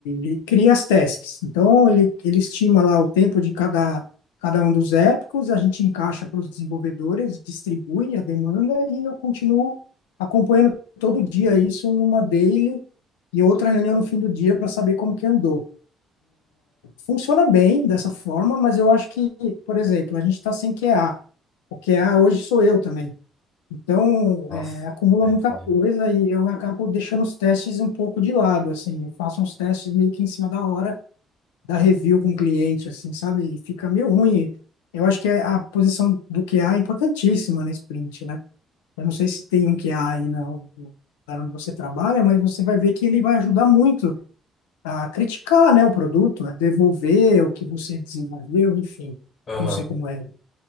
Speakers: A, on the left; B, on the left.
A: ele cria as tasks. Então ele, ele estima lá o tempo de cada, cada um dos épicos, a gente encaixa para os desenvolvedores, distribui a demanda e eu continuo acompanhando todo dia isso numa daily e outra reunião no fim do dia para saber como que andou funciona bem dessa forma, mas eu acho que, por exemplo, a gente está sem QA. O QA hoje sou eu também. Então,
B: Nossa,
A: é, acumula
B: entendi.
A: muita coisa e eu acabo deixando os testes um pouco de lado, assim. Eu faço uns testes meio que em cima da hora da review com o cliente, assim, sabe? E fica meio ruim. Eu acho que a posição do QA é importantíssima na sprint, né? Eu não sei se tem um QA aí na, na onde você trabalha, mas você vai ver que ele vai ajudar muito a criticar, né, o produto, a devolver o que você desenvolveu, enfim,
B: Aham.
A: não sei como é.